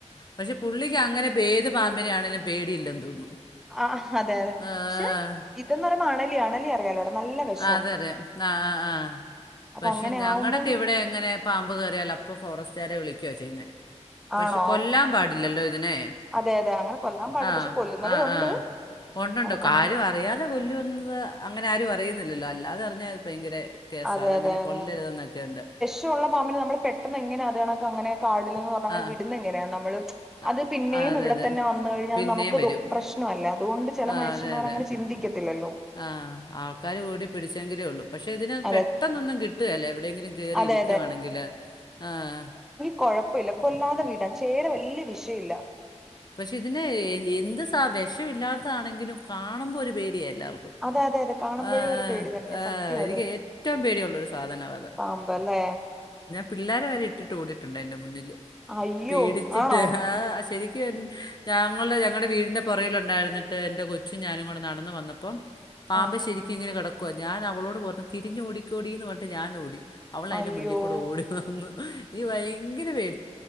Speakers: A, on the left; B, in the centre.
A: പഷെ പുള്ളിക്കങ്ങനെ പേത് പാമ്പിനാണെലും പേടിയില്ലെന്ന് തോന്നുന്നു
B: ആഹ് അതെ അതെ
A: ആഹ്
B: പക്ഷെ ഇതെന്ന് പറയ്മ്പോ അണലി അണലി അറിയാലോടാ നല്ല വെഷ്
A: ആഹ് അതറിയാം ആഹ് ആഹ് ആഹ്
B: അപ്പൊ
A: പക്ഷെ
B: അങ്ങനെ
A: ഞങ്ങെടൊക്കെ
B: ആവുമ്പം
A: ഇവടെ അങ്ങനെ പാമ്പ് കേറിയാൽ അപ്പം ഫോറസ്റ്റ്കാരെ വിളിക്കുവാ ചെയ്യുന്നേ പക്ഷെ
B: ആണോ
A: കൊല്ലാൻ പാടില്ലല്ലോ ഇതിനെ
B: അതെ അതെ അങ്ങനെ കൊല്ലാൻ പാടില്ല
A: ആഹ്
B: പക്ഷെ കൊല്ലുന്നവരുണ്ട്
A: ആഹ് ആഹ് ഒണ്ടൊണ്ട്
B: നമുക്കൊന്നും
A: കാര്യം അറിയാതെ കൊല്ലുവന്നത് അങ്ങനെ ആരും അറിയുന്നില്ലല്ലോ അല്ലാതെ അറിഞ്ഞാ ഭയ്ങ്ക്രെ കേസാ
B: അതെ
A: അതങ്ങനെ
B: അതെ അതെ
A: കൊല്ലരുത് എന്നൊക്കെയൊണ്ട്
B: <unintelligible> പാമ്പിനെ നമ്മള് പെട്ടെന്ന് എങ്ങനാ അത് കണക്ക്‌ അങ്ങനെ കാടിലെന്നു പറഞ്ഞ് അങ്ങനെ
A: ആ
B: വിടുന്ന എങ്ങനെയാ നമ്മള്
A: ആ
B: അത് പിന്നെയും
A: അതെ
B: ഇവിടെ
A: അതെ
B: തന്നെ വന്നു കഴിഞ്ഞാ
A: പിന്നെയും
B: അത് നമുക്ക്
A: വരും
B: ദു പ്രശ്നവല്ലെ അതുകൊണ്ട് ചെല
A: ആ
B: മനുഷ്യമ്മാര്
A: അതെ അതെ
B: അങ്ങനെ ചി ന്തിക്കത്തില്ലല്ലോ.
A: ആഹ് ആൾക്കാര് കൂടി പിടിച്ചെങ്കിലേ ഒള്ളു പഷെ ഇതിനെ
B: അതെ
A: പെട്ടെന്നൊന്നും കിട്ടുകേല്ല എവിടേങ്കിലും കേറി
B: അതെ
A: ഇരിക്കുവാണെങ്കില് ആഹ്
B: കൊഴപ്പില്ല കൊല്ലാതെ വിടാ ചേര വല്ല്യെ വിഷ്യൊയില്ല.
A: പഷെ ഇതിനെ എന്ത് സ വെഷൊയില്ലാത്താണെങ്കിലും കാണുമ്പോ ഒരു പേടിയ എല്ലാർ ആഹ്
B: അതെ അതെ അതെ കാണുമ്പോഴും
A: ആഹ്
B: ഒരു പേടി തന്നെ
A: ആഹ്
B: സത്യം
A: എനിക്ക് ഏറ്റം പേടിയൊള്ളൊരു സാധനവാത്.
B: പാമ്പല്ലേ
A: പിള്ളേരെ വരെ ഇട്ടിട്ട് ഓടിട്ടൊണ്ട് എന്റെ മുന്നില്
B: അയ്യോ
A: പേടിച്ചിട്ട്
B: ആണോ
A: ഹാ ശ് ക്ക ഞങ്ങൾടെ ഞങ്ങടെ വീടിന്റെ പൊറകിലൊണ്ടായിര്നിട്ട് എന്റെ കൊ ച്ചു ഞാനും കൂടെ നടന്ന് വന്നപ്പൊ പാമ്പ്
B: ആ
A: ശെരി കി ഇങ്ങന കെടക്ക്വ ഞാൻ അവളോട് പർഞ്ഞു തിരിഞ്ഞൊടിക്കോടീന്ന് പൺട്ട് ഞാൻ ഓടി അവള അയ്ന്റെ
B: അയ്യോ
A: മുന്നീഖ്കൂടെ ഓടി ന്നീ ഈ വയ്ങ്കര പേ